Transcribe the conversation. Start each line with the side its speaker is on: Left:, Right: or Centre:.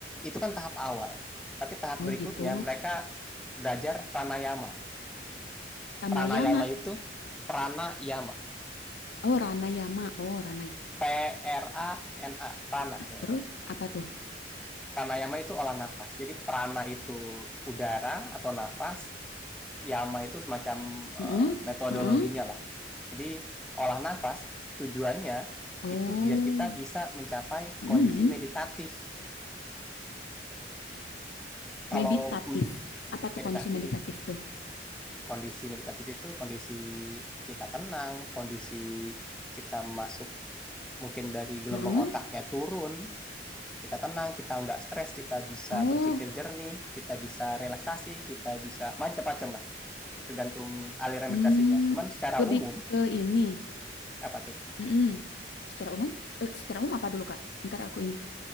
Centre: itu kan tahap awal. Tapi tahap
Left: Oh
Centre: berikutnya
Left: gitu.
Centre: mereka belajar pranayama.
Left: Tamayama.
Centre: Pranayama itu pranayama.
Left: Oh Ranayama. Oh Ranayama.
Centre: P R A N A, prana. ya,
Left: Terus apa tuh?
Centre: Pranayama itu olah nafas. Jadi prana itu udara atau nafas, yama itu semacam eh,
Left: Heeh.
Centre: metodologinya
Left: Heeh.
Centre: lah. Jadi olah nafas tujuannya
Left: Oh.
Centre: itu biar kita bisa mencapai
Left: Mm-mm.
Centre: kondisi meditatif. Kalau
Left: Meditatif.
Centre: mm,
Left: Apa tuh
Centre: meditatif
Left: kondisi meditatif tuh?
Centre: Kondisi meditatif itu kondisi kita tenang, kondisi kita masuk mungkin dari gelombang
Left: Heeh.
Centre: otaknya turun, kita tenang, kita nggak stres, kita bisa
Left: Oh.
Centre: berpikir jernih, kita bisa relaksasi, kita bisa macam-macam lah, tergantung aliran
Left: Hmm.
Centre: meditasinya. Cuman secara
Left: Lebih
Centre: umum,
Left: ke ini.
Centre: apa tuh?
Left: Mm-mm. Secara umum? Eh, secara umum apa dulu Kak? Ntar aku ini